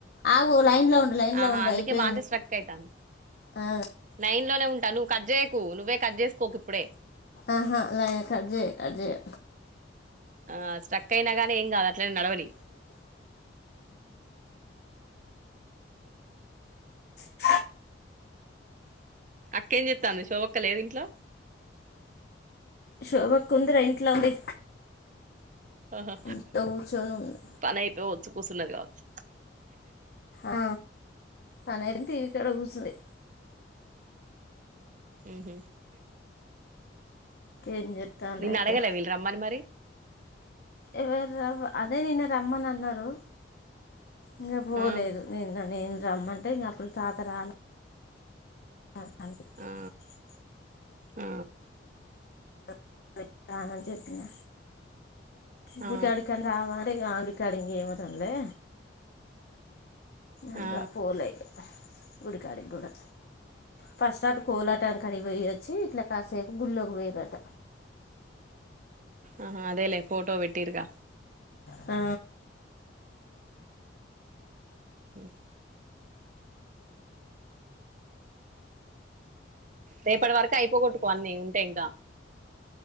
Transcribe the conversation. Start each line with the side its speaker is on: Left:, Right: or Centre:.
Left: ఆగు లైన్ లో ఉండు లైన్ లో
Right: ఆహా
Left: ఉండు
Right: అందుకే
Left: అయిపోయింది
Right: మాటే స్ట్రక్ అయితంది
Left: ఆ
Right: లైన్ లోనే ఉంటా నువ్వు కట్ చేయకు నువ్వే కట్ చేసుకోకు ఇప్పుడే
Left: ఆహా లైన్ కట్ చేయ కట్ చేయ
Right: ఆ స్ట్రక్ అయినా కాగానే ఏం కాదు అట్లనే నడవని
Left: హు
Right: అక్కా ఎమ్ చెత్తంది శోభా అక్కా లేదు ఇంట్లో
Left: శోభ కుందర ఇంట్లో ఉంది
Right: ఆహా
Left: ఇంట్లో కూర్చొని ఉంది
Right: పని <unintelligible> కూర్చున్నది కావచ్చు
Left: ఆ పని <unintelligible> టివి కదాకూర్చుంది
Right: ఉహు
Left: ఏం చెప్తాను
Right: నిన్ను
Left: అయితే
Right: అడగలే వీళ్ళు రమ్మని మరి
Left: ఎవరు అదే నిన్న రమ్మని అన్నారు ఇంకా పోలేదు
Right: ఆ
Left: నిన్న నేను రమ్మంటే ఇంక అప్పుడు తాతరాలే <inaudible>
Right: ఆ ఆ
Left: <unintelligible> చెప్పిన
Right: ఆ
Left: గు అడుక మర అడుక అడింగ మ తనే ఇంగ
Right: ఆ ఆ
Left: పోలే అయితే గుడి కాడికి గూడా ఫస్ట్ కోలాటాం కాడికి కీపోయి వచ్చి ఇట్లా కాసేపు గుళ్ళోకి పోయిరాట
Right: ఆహా ఆ అదేలే ఫోటో పెట్టిరు గా
Left: ఆ
Right: ఉ రేపటి వరకు అయిపోగొట్టుకో అన్ని ఉంటే ఇంకా